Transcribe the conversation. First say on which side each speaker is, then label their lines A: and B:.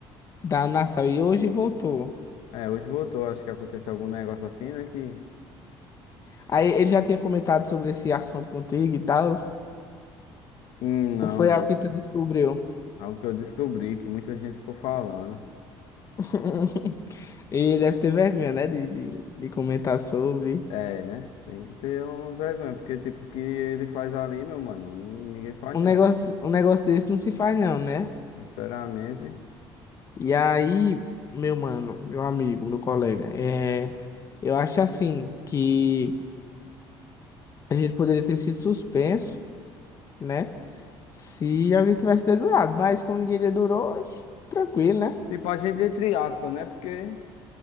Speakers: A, on the left (about 35°); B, on the left (about 80°).
A: dar na sala e hoje voltou.
B: É, hoje voltou, acho que aconteceu algum negócio assim, né? Que.
A: Aí ele já tinha comentado sobre esse assunto contigo e tal.
B: Hum, não,
A: Foi
B: não.
A: algo que tu descobriu.
B: Algo que eu descobri, que muita gente ficou falando.
A: <laughs> E deve ter vergonha, né? De, de, de comentar sobre.
B: É, né? Tem que ter uma vergonha, porque, tipo, o que ele faz ali, meu mano, nu- ninguém faz,
A: Um
B: não.
A: negócio, um negócio desse não se faz, não, né?
B: Sinceramente.
A: E aí, meu mano, meu amigo, meu colega, é, eu acho assim que a gente poderia ter sido suspenso, né? Se alguém tivesse dedurado. Mas como ninguém dedurou, tranquilo, né?
B: Tipo, a gente entre aspas, né? Porque.